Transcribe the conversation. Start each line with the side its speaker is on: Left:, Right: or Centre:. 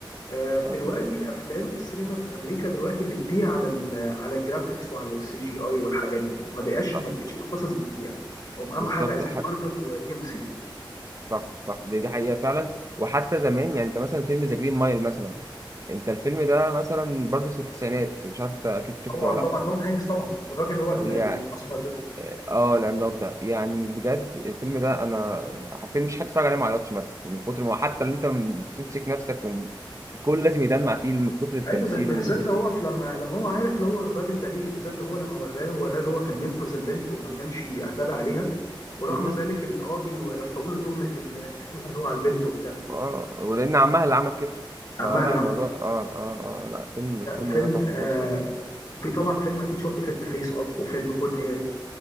Left: آه، دلوقتي
Right: آه، فيلم جميل.
Left: الأفلام في السينما في أمريكا دلوقتي بتبيع على ال على الجرافيكس وعلى السي جي آي والحاجات دي ما بقاش
Right: صح
Left: ما بقتش القصص بتبيع هم أهم
Right: بالظبط
Left: حاجة عايزين مارفل ودي إم سي
Right: صح صح دي, دي حقيقة فعلا وحتى زمان يعني انت مثلا فيلم ذا جرين مايل مثلا انت الفيلم ده مثلا برضه في التسعينات مش عارف انت اكيد شفته
Left: طبعا
Right: ولا
Left: طبعا توم هانكس طبعا والراجل
Right: لا
Left: هو ال-
Right: يعني
Left: ال- الأسمر ده
Right: اه العملاق ده يعني بجد الفيلم ده انا حرفيا مش هتفرج عليه ما عيطش مثلا من كتر ما حتى اللي انت م- بتمسك نفسك وم- الكل لازم يدمع فيه من كتر التمثيل
Left: ايوه ب- بالذات
Right: ومن كتر
Left: لو هو في لما لما هو عارف اللي هو راجل بريء بالذات لو هو لما وراه وراه اللي هو كان بينقذ البنت وما كانش اعتدى عليها ورغم
Right: مم.
Left: ذلك القاضي رفعوا له تهمه ال- الاعتداء اللي هو على البنت وبتاع
Right: اه ولان عمها اللي عمل كده
Left: عمها
Right: فلا
Left: اللي عمل
Right: الموضوع
Left: كده
Right: اه اه اه لا الفيلم
Left: لا
Right: الفيلم
Left: فيلم
Right: ده تحفة
Left: آه
Right: بصراحة
Left: في طبعا فيلم اكيد شفت فيلم فيس اوف وفيلم كون اير